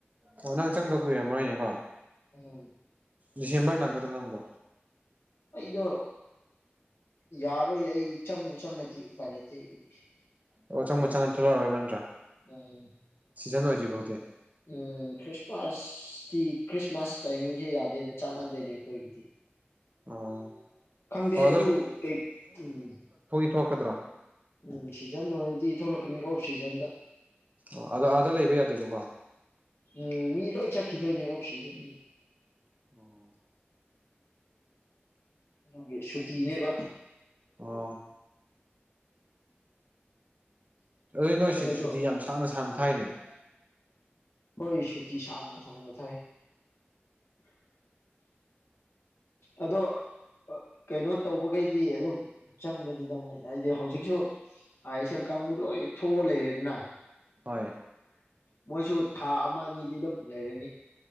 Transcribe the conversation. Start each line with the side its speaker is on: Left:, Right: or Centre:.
Right: ꯑꯣ ꯅꯪ ꯆꯪꯗ ꯀꯨꯏꯔꯝꯃꯣꯏꯅꯦꯀꯣ꯫
Left: ꯎꯝ꯫
Right: ꯗꯤꯁꯦꯝꯕꯔ ꯅꯪꯒꯗ꯭ꯔꯣ ꯅꯪꯕꯨ?
Left: ꯑꯩꯗꯣ ꯌꯥꯔꯣꯏ ꯑꯩ ꯆꯪꯕꯨ ꯆꯪꯉꯗꯤ ꯎꯄꯥꯏ ꯂꯩꯇꯦ ꯑꯩꯒꯤꯗꯤ꯫
Right: ꯑꯣ ꯆꯪꯕ ꯆꯪꯉ ꯊ ꯊꯣꯛꯂꯛꯔꯣꯏ ꯅꯠꯇꯔꯥ?
Left: ꯑ꯫
Right: ꯁꯤꯖꯟ ꯑꯣꯏꯗ꯭ꯔꯤ ꯐꯥꯎꯗꯤ
Left: ꯎꯝ ꯈ꯭ꯔꯤꯁꯃꯥꯁꯇꯤ ꯈ꯭ꯔꯤꯁꯃꯥꯁ ꯇꯥꯏꯃꯤꯡꯁꯦ ꯌꯥꯗꯦꯅꯦ ꯆꯥꯟꯅꯗꯦꯅꯦ ꯑꯩꯈꯣꯏꯒꯤꯗꯤ꯫
Right: ꯑꯣ
Left: ꯈꯪꯗꯦ
Right: ꯑꯣ
Left: ꯑꯗꯨ ꯀꯩ ꯎꯝ
Right: ꯊꯣꯛꯂꯛ ꯀꯗ꯭ꯔꯥ?
Left: ꯎꯝ ꯁꯤꯖꯟ ꯑꯣꯏꯔꯗꯤ ꯊꯣꯛꯂꯛꯀꯅꯤ ꯑꯣꯐ ꯁꯤꯖꯟꯗ꯫
Right: ꯑꯣ ꯑꯗꯣ ꯑꯥꯗ ꯂꯩꯕ ꯌꯥꯗꯦꯕꯀꯣ꯫
Left: ꯎꯝ ꯃꯤ ꯂꯣꯏ ꯆꯠꯈꯤꯗꯣꯏꯅꯦ ꯑꯣꯞꯁꯤꯁꯟ
Right: ꯎꯝ
Left: ꯒꯤ ꯁꯨꯇꯤꯅꯦꯕ
Right: ꯑ ꯑꯗꯨꯗꯤ ꯅꯣꯏ
Left: ꯈꯪꯗꯦ ꯑꯗꯣ
Right: ꯁꯨꯇꯤ ꯌꯥꯝ ꯁꯥꯡꯅ ꯁꯥꯡꯅ ꯊꯥꯏꯅꯦ
Left: ꯍꯣꯏ ꯁꯨꯇꯤ ꯁꯥꯡꯅ ꯁꯥꯡꯅ ꯊꯥꯏ ꯑꯗꯣ ꯀꯩꯅꯣ ꯇꯧꯕꯈꯩꯗꯤ ꯑꯗꯨꯝ ꯆꯪꯒꯅꯤꯗ ꯃꯤꯏ ꯍꯥꯏꯗꯤ ꯍꯧꯖꯤꯛꯁꯨ ꯑꯥꯏ ꯑꯦꯁ ꯑꯦꯜ ꯀꯥꯡꯕꯨ ꯂꯣꯏ ꯊꯣꯛꯑ ꯂꯩꯔꯦꯗꯅ
Right: ꯍꯣꯏ
Left: ꯃꯣꯏꯁꯨ ꯊꯥ ꯑꯃ ꯑꯅꯤꯗꯤ ꯑꯗꯨꯝ ꯂꯩꯔꯅꯤ